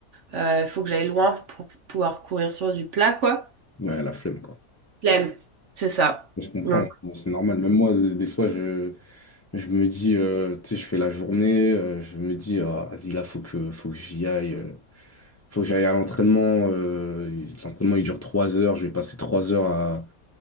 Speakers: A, on the right; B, on the left.
A: Euh, Il faut que j'aille loin pour pouvoir courir sur du plat, quoi.
B: Ouais, la flemme, quoi.
A: Flemme. C'est ça.
B: Je comprends,
A: Donc,
B: c'est normal. Même moi, des des fois, je, Je me dis, euh, tu sais, je fais la journée, euh, je me dis, ah, vas-y, là, faut que, faut que j'y aille, euh, faut que j'aille à l'entraînement. euh, il- l'entraînement, il dure trois heures, je vais passer trois heures à,